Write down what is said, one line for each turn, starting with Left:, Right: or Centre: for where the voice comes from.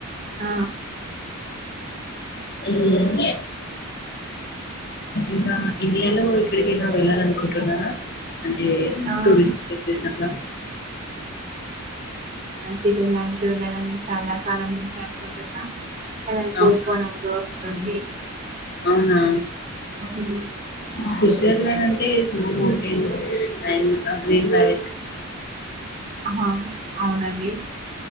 Right: ఆ
Left: హ్మ్ ఇకనౌ ఇడియాలో ఇక్కడికైనా వెళ్ళాల అనుకుంటున్నానా అంటే
Right: ఆ
Left: టూరిస్ట్ పస్ేష అట్లా
Right: చేయడానికి వెళ్ళాల చాలా కాలం నుంచి అనుకుంటున్నా పోస్కోని
Left: అవునా
Right: అవుతూ వస్తుంది
Left: అవునా
Right: ఉమ్.
Left: స్విట్జర్లాండ్ అంటే మౌన్ అండ్ గ్రీన్ వాల
Right: ఆ అవునండి